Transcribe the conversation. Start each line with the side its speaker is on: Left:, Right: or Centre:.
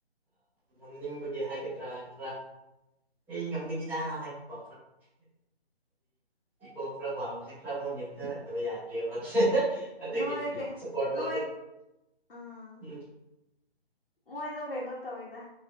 Centre: ꯉꯝꯅꯤꯡꯕꯒꯤ ꯍꯥꯏ ꯈꯔ ꯈꯔ ꯑꯩ ꯉꯝꯒꯅꯤꯗ ꯍꯥꯏꯔꯀꯣ ꯏꯀꯣ ꯈꯔ ꯋꯥꯡꯕꯁꯦ ꯈꯔ ꯃꯨꯛ ꯅꯤꯝꯊꯍꯟꯗꯕ ꯌꯥꯗ꯭ꯔꯦꯕꯁꯦ ꯑꯗꯒꯤ
Left: ꯅꯣꯏ ꯀꯩ
Centre: ꯁꯄꯣꯔ ꯇ
Left: ꯅꯣꯏ ꯑꯥ
Centre: ꯎꯝ <inaudible>
Left: ꯃꯣꯏꯗꯣ ꯀꯩꯩꯅꯣ ꯇꯧꯏꯗ